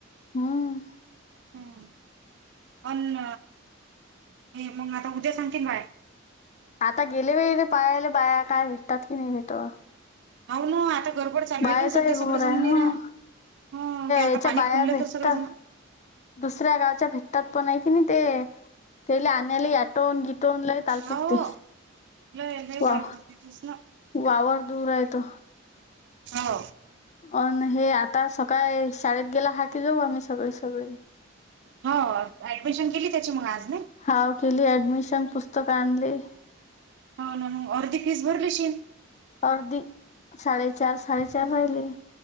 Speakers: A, on the left (about 35°); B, on the right (about 60°).
A: हम्म
B: हम्,, पण हे मग आता उद्या सांगतील बाया.
A: आता गेले वेळी ते पायाले बाया काय भेटतात की नाही भेटत.
B: हाव ना, आता गरबड चालू
A: बायाचाही
B: आहे की सध्या
A: घोर
B: सगळं
A: आहे
B: जम
A: हा
B: नै राह, हा, ते आता
A: याच्या
B: पाणी
A: बाया
B: खुललं
A: भेटतात
B: तर सगळे जणं,
A: दुसऱ्या गावच्या भेटतात पण आहे की नाही ते त्याले आणयले अॅटोवून घे तोंड लाही तालपुरते
B: हो लय लय
A: वा
B: ताल पुरते तूच ना
A: वावर दूर आहे तो
B: हो
A: अन हे आता सकाळी शाळेत गेला हाकी जाऊ आम्ही सगळे सगळे
B: हो ऍडमिशन केली त्याची मग आज नही
A: हाव केली ऍडमिशन पुस्तक आणली
B: हो ना अर्धी फीस भरली असीन
A: अर्दी साडे चार साडे चार राहिले